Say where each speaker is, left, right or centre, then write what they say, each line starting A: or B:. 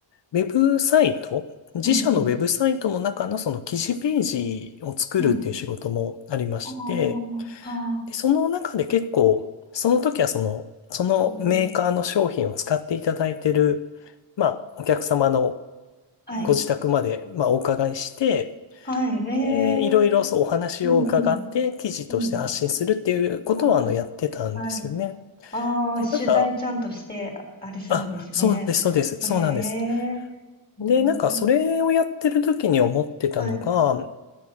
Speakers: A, on the left (about 70°); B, on the left (about 20°).
A: う。ウェブサイト、自社のウェブサイトの中のその記事ページを作るっていう仕事もありまして、
B: うん、うん、うん。ああ、はあ。
A: で、その中で結構、その時はその、そのメーカーの商品を使っていただいてる、
B: うん。
A: まあ、お客様の
B: はい。
A: ご自宅まで、まあ、お伺いして、
B: はい。へえ。
A: えーいろいろそうお話を伺って記事として発信するっていうことはあのやってたんですよね。
B: うん、うん、うん。はい。はい。ああ、
A: で、
B: 取材ちゃんとして、
A: ただ、
B: ああれするんですね。
A: あ、そうです、そうです、そうなんです。
B: へえ。うん。
A: で、なんかそれをやってる時に思ってたのが、
B: はい。